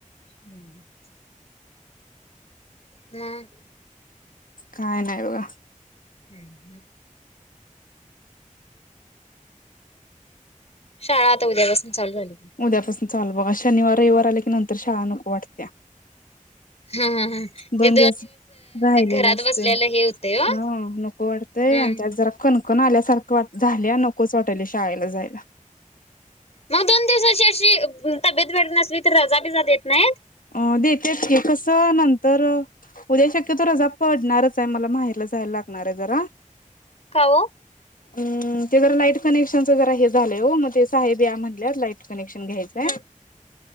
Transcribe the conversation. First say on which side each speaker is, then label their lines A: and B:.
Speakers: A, on the left (about 50°); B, on the left (about 90°).
A: <inaudible> मग.
B: काय नाही बघा.
A: हम्म हम्म. शाळा आता उद्यापासून चालू झाली.
B: उद्यापासून चालू बघा. शनिवार, रविवार आले की नंतर शाळा नको वाटत्या.
A: ह ह ह
B: दोन
A: ते
B: दिवस राहिलेला
A: घरात
B: असतोय.
A: बसल्याला
B: हा
A: हे होतंय ओ
B: नको वाट तय.
A: हम्म
B: त्यात जरा कणकण आल्यासारखं वाट झाल्या नकोच वाटायल शाळेला जायला.
A: मग दोन दिवसाची अशी तब्येत बरी नसली तर रजा बिजा देत नाहीत?
B: अ देेत्यात की कसं नंतर उद्या शक्यतो रजा पडणारच आहे मला. माहेरला जायला लागणार आहे जरा.
A: काय वो?
B: अं ते जरा लाईट कनेक्शनच जरा हे झालंय हो. मग ते साहेब या म्हणल्यात लाईट कनेक्शन घ्यायचंय.
A: हम्म